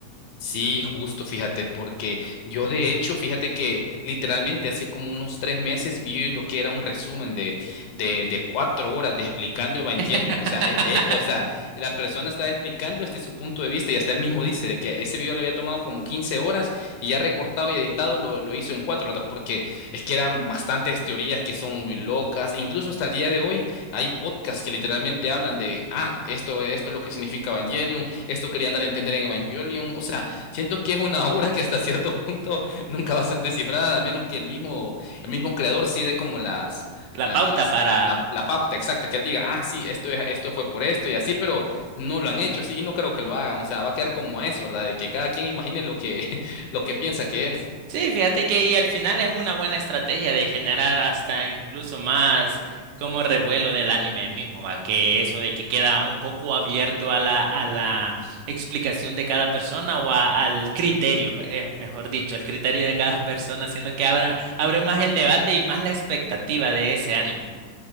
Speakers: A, on the left; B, on the right.
A: Sí, justo, fíjate, porque yo de hecho, fíjate que literalmente hace como unos tres meses vi lo que era un resumen de, de, de cuatro horas de explicando Evangelion.
B: <laughs>
A: O sea, e- e- o sea, la persona estaba explicando desde su punto de vista y hasta él mismo dice de que ese video le había tomado como 15 horas y ya recortado y editado lo, lo hizo en cuatro horas, porque es que eran bastantes teorías que son muy locas. E incluso hasta el día de hoy hay podcasts que literalmente hablan de, ah, esto, esto es lo que significa Evangelion, esto querían dar a entender en Evangelion. O sea, Siento que es una <laughs> obra que hasta cierto punto <laughs> nunca va a ser descifrada, a menos que el mismo, el mismo creador sí dé como las,
B: La
A: las,
B: pauta para...
A: la, la pauta exacta, que él diga, ah, sí, esto es, esto fue por esto y así, pero no lo han hecho así y no creo que lo hagan. O sea, va a quedar como a eso, ¿verdad? De que cada quien imagine lo que, <laughs> lo que piensa que es.
B: Sí, fíjate que ahí al final es una buena estrategia de generar hasta incluso más como revuelo del anime mismo, va, que eso de que queda un poco abierto a la, a la explicación de cada persona o a- al criterio, eh, mejor dicho, el criterio de cada <laughs> persona, haciendo que abra, abre más el debate y más la expectativa de ese anime.